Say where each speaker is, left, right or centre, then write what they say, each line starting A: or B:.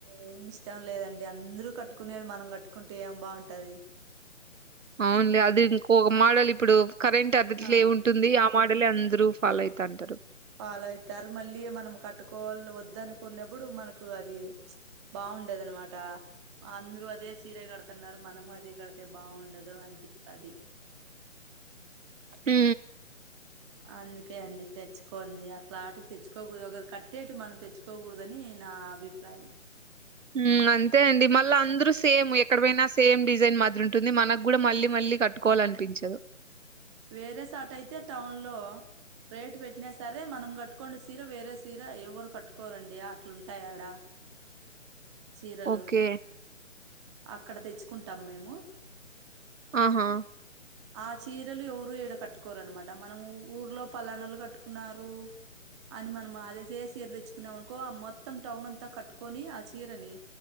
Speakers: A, on the right; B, on the right.
A: ఏమ్ ఇష్టం లేదండి. అందరు కట్టుకునేవి మనం గట్టుకుంటే ఏం బావుంటది.
B: అవున్లే అది ఇంకొక మోడల్ ఇప్పుడు కరెంట్ అదిట్లే
A: ఆ
B: ఉంటుంది ఆ మోడలే అందరు ఫాలో ఐతా అంటరు.
A: ఫాలో అయితారు మళ్ళీ మనం కట్టుకోవాల్ వద్ద అనుకున్నప్పుడు మనకు అది బా ఉండదన్మాటా అందరూ అదే సీరే గడుతన్నారు. మనము అదే గడితే బావుండదు అనిపిత్తాది.
B: ఉ
A: అందుకే అండి తెచ్ కొంది. అట్లాంటివి తెచ్చుకోకూడదు ఒకరు కట్టేటివి మనం తెచ్చుకోకూడదని నా అభిప్రాయం.
B: హ్మ్ అంతే అండి మళ్ళా అందరు సేమ్ ఎక్ క్కడ పోయినా సేమ్ డిజైన్ మాదిరి ఉంటుంది. మనకు కూడా మళ్ళీ మళ్ళీ కట్టుకోవాలి అనిపించదు.
A: వేరే సాట అయితే టౌన్ లో రేటు పెట్టినా సరే మనం కట్టుకోండె సీర వేరే సీర ఎవరు కట్టుకోరండి అట్లుంటాయాడా. చీరలు
B: ఓకే.
A: అక్కడ తెచ్చుకుంటాం మేము.
B: ఆహా
A: ఆచీర్ రలు ఎవరు ఈడ కట్టుకోరనమాట మనం ఊర్లో పలానోళ్ళు కట్టుకున్నారు అని మనం అదే సే సీర తెచ్చుకున్నాం అనుకో మొత్తం టౌన్ అంతా కట్టుకొని ఆ చీరని